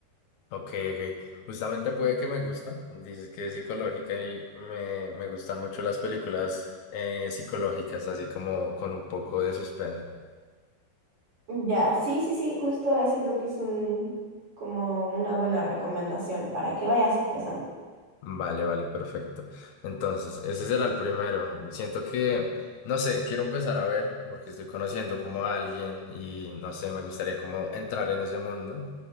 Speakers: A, on the left; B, on the right.
A: Ok, ok. Justamente puede que me gusta. Dices que es psicológica y me, me gustan mucho las películas eh, psicológicas, así como con un poco de suspenso.
B: Ya, sí, sí, sí, justo ese creo que es un, como una buena recomendación para que vayas empezando.
A: Vale, vale, perfecto. Entonces, ese será el primero. Siento que, no sé, quiero empezar a ver, porque estoy conociendo como a alguien y no sé, me gustaría como entrar en ese mundo.